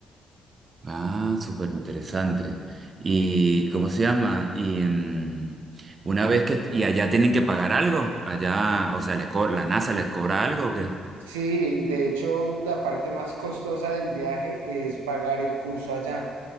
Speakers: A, on the right; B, on the right.
A: Ah, súper interesante. ¿Y cómo se llama? Y mm, una vez que... ¿Y allá tienen que pagar algo? Allá, o sea, les co- la NASA les cobra algo o qué?
B: Sí, de hecho, la parte más costosa del viaje es pagar el curso allá.